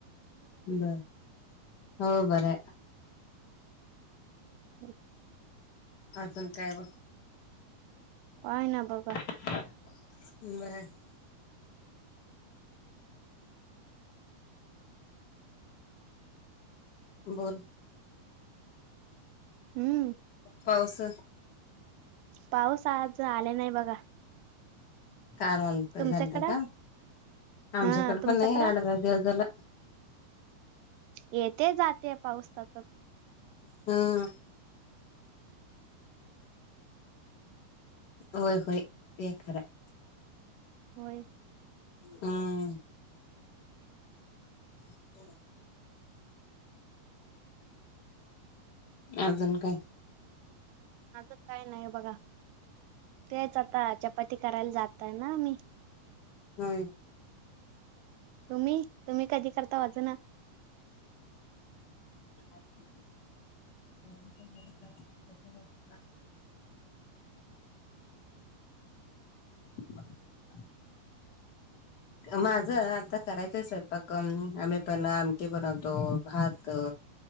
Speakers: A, on the left; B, on the right.
A: बर, हो बरं हाय.
B: <unintelligible>
A: अजून काय मग?
B: काय ना बघा.
A: <unintelligible> बोल.
B: हम्.
A: पाऊस.
B: पाऊस आज आले नाही बघा.
A: काल आलत झालत
B: तुमच्याकडं
A: का? आमच्याकडपण
B: हा तुमच्याकडं
A: नाही अठ, दहा दिवस झालं.
B: येते जाते पाऊस तसं.
A: हां. होय, होय. ते खरायं.
B: होय.
A: हं. <inaudible> अजून काय?
B: आजून काय नाही बघा. तेच आता चपाती करायला जात आहे ना मी
A: हो
B: तुम्ही तुम्ही कधी करता अज ना <inaudible>
A: <inaudible> <inaudible>
B: <unintelligible>
A: माझं आता करायचं स्वयंपाक आम्ही पण आमटी बनवतो भात